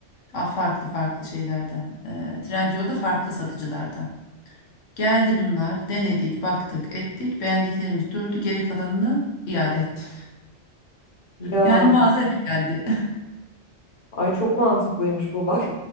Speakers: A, on the left; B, on the left.
A: A, farklı farklı şeylerden. E, Trendyol'da farklı satıcılardan. Geldi bunlar, denedik, baktık, ettik. Beğendiklerimiz durdu, geri kalanını iade ettim. <laughs>
B: Ya,
A: Yani mağaza eve geldi.
B: ay çok mantıklıymış bu bak.